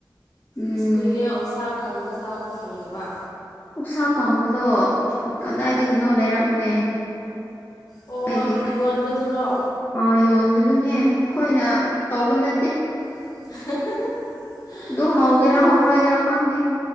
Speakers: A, on the left; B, on the left.
A: ꯎꯝ
B: ꯑꯁ ꯀꯨꯏꯔꯦ ꯑꯣꯛꯁꯥꯛ ꯀꯪꯕ ꯆꯥꯕ ꯐꯪꯗꯕ
A: ꯎ ꯁꯥ ꯀꯥꯡꯪꯕꯗꯣ ꯀꯗꯥꯏꯗꯒꯤꯅꯣ
B: ꯎꯝ
A: ꯂꯩꯔꯛꯅꯦ
B: ꯑꯣ
A: ꯗꯤ
B: ꯌꯣꯟꯕꯗꯨꯔꯣ
A: ꯑ ꯌꯣꯟꯟꯕꯨ ꯑꯗꯨꯅꯦ ꯑꯩꯈꯣꯏꯅ ꯇꯧꯕ ꯅꯠꯇꯦ
B: <inaudible>
A: ꯑꯗꯨ ꯍꯧꯒꯦꯔ
B: ꯎꯝ
A: ꯍꯧꯔꯣꯏꯗ꯭ꯔꯥ ꯈꯪꯗꯦ